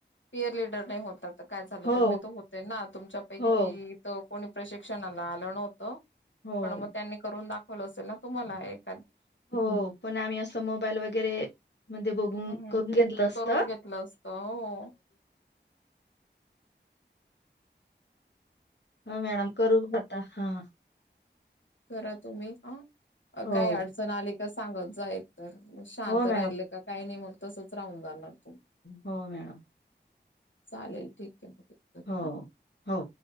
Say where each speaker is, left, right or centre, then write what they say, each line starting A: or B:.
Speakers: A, on the left; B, on the left.
A: पियर लिडर नाही होता त काय झालं
B: हो
A: तुम्ही तर होते ना तुमच्यापैकी
B: हो
A: तो कोणी प्रशिक्षणाला आलं नवतं
B: हो.
A: पण मग त्यांनी करून दाखवलं असेल ना तुम्हाला एक
B: हो पण आम्ही असं मोबाईल वगैरे मध्ये बघून
A: हम्म
B: करून घेतलं असतं.
A: करून घेतलं असत हो
B: हा मॅडम करू नका हां
A: खरा तुम्ही ह
B: हो
A: काय अडचण आली का सांगत जाय तर शांत
B: हो मॅडम
A: राहिल का काय नी मग तसचं राहून जाणार तू,
B: हो मॅडम
A: चालेल ठीक आहे मग एकतर
B: हो
A: हा
B: हो